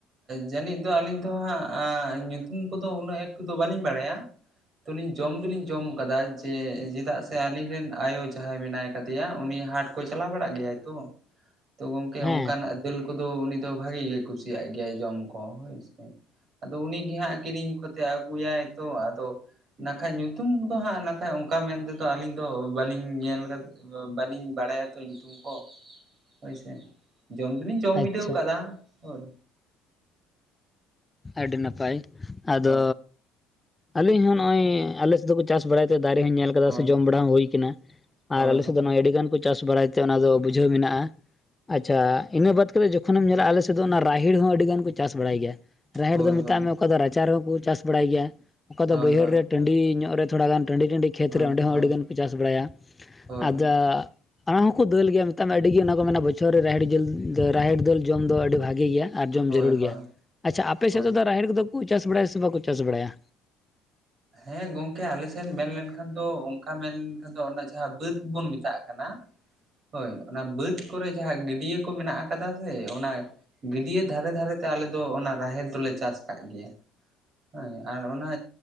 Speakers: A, on the right (about 50°); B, on the left (about 20°).
A: ᱡᱟᱹᱱᱤᱡ ᱫᱚ ᱟᱹᱞᱤᱧ ᱫᱚ ᱦᱟᱸᱜ ᱧᱩᱛᱩᱢ ᱠᱚᱫᱚ ᱩᱱᱟᱹᱜ ᱮᱠᱴᱩ ᱫᱚ ᱵᱟᱹᱞᱤᱧ ᱵᱟᱲᱟᱭᱟ ᱾ ᱛᱚᱞᱤᱧ ᱡᱚᱢ ᱫᱚᱞᱤᱧ ᱡᱚᱢ ᱟᱠᱟᱫᱟ ᱡᱮ ᱪᱮᱫᱟᱜ ᱥᱮ ᱟᱞᱤᱧ ᱨᱮᱱ ᱟᱭᱳ ᱡᱟᱦᱟᱸᱭ ᱢᱮᱱᱟᱭ ᱠᱟᱫᱮᱭᱟ ᱩᱱᱤ ᱦᱟᱴ ᱠᱚᱭ ᱪᱟᱞᱟᱣ ᱵᱟᱲᱟᱜ ᱜᱮᱭᱟ ᱛᱚ ᱛᱚ ᱜᱚᱝᱠᱮ
B: ᱦᱮᱸ
A: ᱚᱱᱠᱟᱱᱟᱜ ᱫᱟᱹᱞ ᱠᱚᱫᱚ ᱩᱱᱤ ᱫᱚ ᱵᱷᱟᱜᱤ ᱜᱮᱭ ᱠᱩᱥᱤᱭᱟᱜ ᱜᱮᱭᱟ ᱡᱚᱢ ᱠᱚ ᱦᱚᱭ ᱥᱮ ᱾ ᱟᱫᱚ ᱩᱱᱤᱜᱮ ᱦᱟᱸᱜ ᱠᱤᱨᱤᱧ ᱠᱚᱛᱮ ᱟᱹᱜᱩᱭᱟᱭ ᱛᱚ ᱟᱫᱚ ᱱᱟᱠᱷᱟᱡ ᱧᱩᱛᱩᱢ ᱫᱚ ᱦᱟᱸᱜ ᱱᱟᱠᱷᱟᱡ ᱚᱱᱠᱟ ᱢᱮᱱᱛᱮᱫᱚ ᱟᱹᱞᱤᱧ ᱫᱚ ᱵᱟᱹᱞᱤᱧ ᱧᱮᱞ ᱟᱠᱟᱫ ᱵᱟᱹᱞᱤᱧ ᱵᱟᱲᱟᱭᱟ ᱛᱚ ᱧᱩᱛᱩᱢ ᱠᱚ ᱦᱳᱭ ᱥᱮ ᱡᱚᱢ ᱫᱚᱞᱤᱧ ᱡᱚᱢ ᱵᱤᱰᱟᱹᱣ
B: ᱟᱪᱪᱷᱟ
A: ᱟᱠᱟᱫᱟ ᱦᱳᱭ
B: ᱟᱹᱰᱤ ᱱᱟᱯᱟᱭ ᱟᱫᱚ
A: ᱦᱳᱭ
B: ᱟᱞᱤᱧ ᱦᱚᱸ ᱱᱚᱜᱼᱚᱭ ᱟᱞᱮ ᱥᱮᱫ ᱫᱚ ᱠᱚ ᱪᱟᱥ ᱵᱟᱲᱟᱭ ᱛᱮ ᱫᱟᱨᱮ ᱦᱚᱸ ᱧᱮᱞ
A: ᱦᱳᱭ
B: ᱥᱮ ᱡᱚᱢ ᱵᱟᱲᱟ ᱦᱚᱸ ᱦᱩᱭ ᱟᱠᱟᱱᱟ, ᱟᱨ
A: ᱦᱳᱭ
B: ᱟᱞᱮ ᱥᱮᱫ ᱫᱚ ᱱᱚᱜᱼᱚᱭ ᱟᱹᱰᱤ ᱜᱟᱱ ᱠᱚ ᱪᱟᱥ ᱵᱟᱲᱟᱭ ᱛᱮ ᱚᱱᱟᱫᱚ ᱵᱩᱡᱷᱟᱹᱣ ᱢᱮᱱᱟᱜᱼᱟ ᱾ ᱟᱪᱪᱷᱟ ᱤᱱᱟᱹ ᱵᱟᱫ ᱠᱟᱛᱮ ᱡᱚᱠᱷᱚᱱᱮᱢ ᱧᱮᱞᱟ ᱟᱞᱮ ᱥᱮᱫ ᱫᱚ ᱚᱱᱟ ᱨᱟᱦᱮᱲ ᱦᱚᱸ ᱟᱹᱰᱤ ᱜᱟᱱ ᱠᱚ ᱪᱟᱥ ᱵᱟᱲᱟᱭ ᱜᱮᱭᱟ, ᱨᱟᱦᱮᱲ
A: ᱦᱳᱭ
B: ᱫᱚ
A: ᱦᱳᱭ
B: ᱢᱮᱛᱟᱜ
A: ᱦᱳᱭ
B: ᱢᱮ ᱚᱠᱟ ᱫᱚ ᱨᱟᱪᱟ ᱨᱮᱦᱚᱸ ᱠᱚ ᱪᱟᱥ ᱵᱟᱲᱟᱭ ᱜᱮᱭᱟ, ᱚᱠᱟ
A: ᱦᱳᱭ
B: ᱫᱚ ᱵᱟᱹᱭᱦᱟᱹᱲ
A: ᱦᱳᱭ
B: ᱨᱮ ᱴᱟᱺᱰᱤ ᱧᱚᱜ ᱨᱮ ᱛᱷᱚᱲᱟ ᱜᱟᱱ ᱴᱟᱺᱰᱤ ᱴᱟᱺᱰᱤ ᱠᱷᱮᱛ
A: ᱦᱳᱭ
B: ᱨᱮ ᱚᱸᱰᱮ
A: ᱦᱳᱭ
B: ᱦᱚᱸ ᱟᱹᱰᱤ ᱜᱟᱱ ᱠᱚ ᱪᱟᱥ ᱵᱟᱲᱟᱭᱟ ᱾
A: ᱦᱳᱭ
B: ᱟᱫᱚ ᱟᱲᱟᱸᱜ ᱦᱚᱸᱠᱚ ᱫᱟᱹᱞ ᱜᱮᱭᱟ ᱢᱮᱛᱟᱜ ᱢᱮ ᱟᱹᱰᱤ ᱜᱮ ᱚᱱᱟ ᱠᱚ ᱢᱮᱱᱟ ᱵᱚᱪᱷᱚᱨ ᱨᱮ ᱨᱟᱦᱮᱲ ᱡᱮᱹᱞ ᱨᱟᱦᱮᱲ ᱫᱟᱹᱞ ᱡᱚᱢ ᱫᱚ ᱟᱹᱰᱤ ᱵᱷᱟᱜᱤ ᱜᱮᱭᱟ ᱾ ᱟᱨ ᱡᱚᱢ
A: ᱦᱳᱭ
B: ᱡᱟᱹᱨᱩᱲ
A: ᱦᱳᱭ
B: ᱜᱮᱭᱟ ᱟᱪᱪᱷᱟ ᱟᱯᱮ
A: ᱦᱳᱭ
B: ᱥᱮᱫ ᱫᱚ ᱨᱟᱦᱮᱲ ᱠᱚᱫᱚ ᱠᱚ ᱪᱟᱥ ᱵᱟᱲᱟᱭᱟ ᱥᱮ ᱵᱟᱠᱚ ᱪᱟᱥ ᱵᱟᱲᱟᱭᱟ?
A: ᱦᱮᱸ ᱜᱚᱝᱠᱮ ᱟᱞᱮ ᱥᱮᱱ ᱢᱮᱱ ᱞᱮᱠᱷᱟᱱ ᱫᱚ ᱚᱱᱠᱟ ᱢᱮᱱ ᱞᱮᱱᱠᱷᱟᱱ ᱫᱚ ᱚᱱᱟ ᱡᱟᱦᱟᱸ ᱵᱟᱹᱫ ᱵᱚᱱ ᱢᱮᱛᱟᱜ ᱠᱟᱱᱟ᱾ ᱦᱳᱭ ᱚᱱᱟ ᱵᱟᱹᱫᱽ ᱠᱚᱨᱮ ᱡᱟᱦᱟᱸ ᱜᱟᱹᱰᱤᱭᱟᱹ ᱠᱚ ᱢᱮᱱᱟᱜ ᱟᱠᱟᱫᱟ ᱥᱮ ᱚᱱᱟᱼᱼ ᱜᱟᱹᱰᱤᱭᱟᱹ ᱫᱷᱟᱨᱮ ᱫᱷᱟᱨᱮ ᱛᱮ ᱟᱞᱮ ᱫᱚ ᱚᱱᱟ ᱨᱟᱦᱮᱲ ᱫᱚᱞᱮ ᱪᱟᱥ ᱟᱠᱟᱫ ᱜᱮᱭᱟ᱾ ᱦᱮᱸ ᱟᱨ ᱚᱱᱟ